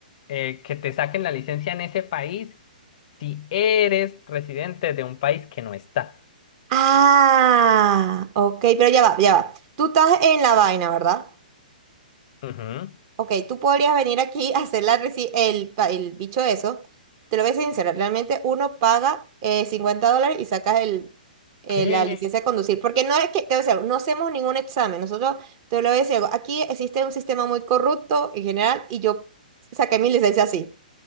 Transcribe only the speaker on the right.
Ah, ok, pero ya va, ya va. Tú estás en la vaina, ¿verdad?
Ok, tú podrías venir aquí a hacer la reci- el, pa- el bicho eso. Te lo voy a ser sincera, realmente uno paga eh, 50 dólares y sacas el, eh,
la licencia de conducir. Porque no es que, te voy a decir algo, no hacemos ningún examen. Nosotros, te lo voy a decir algo, aquí existe un sistema muy corrupto en general y yo saqué mi licencia así.